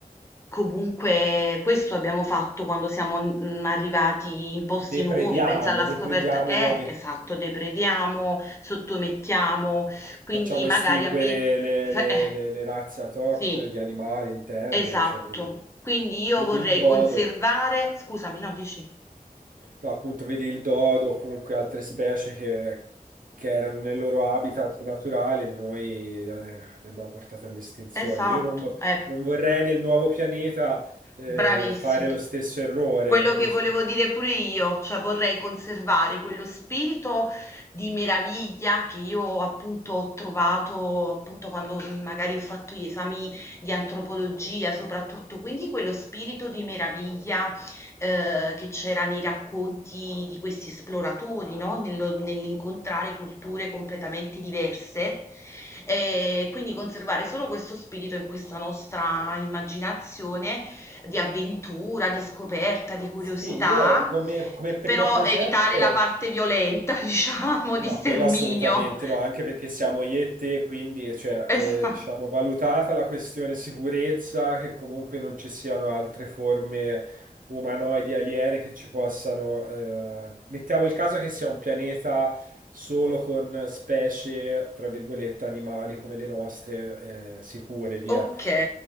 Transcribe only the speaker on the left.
Comunque questo abbiamo fatto quando siamo mm, arrivati in posti
nuovi, pensa alla
scoperta, eh,
esatto, deprediamo, sottomettiamo, quindi
magari
a me,
eh,
sì,
esatto,
quindi io
vorrei
conservare, scusami, no, dici,
esatto,
eh.
Bravissimo.
Quello
che volevo dire pure io, cioè vorrei conservare quello spirito di meraviglia che io appunto ho trovato appunto quando magari ho fatto gli esami di antropologia, soprattutto, quindi quello spirito di meraviglia eh, che c'era nei racconti di questi esploratori, no? Nello- nell'incontrare culture completamente diverse. E quindi conservare solo questo spirito in questa nostra immaginazione di avventura, di scoperta, di curiosità,
però
evitare la parte violenta, <laughs> diciamo,
di sterminio.
Esatto.
Ok,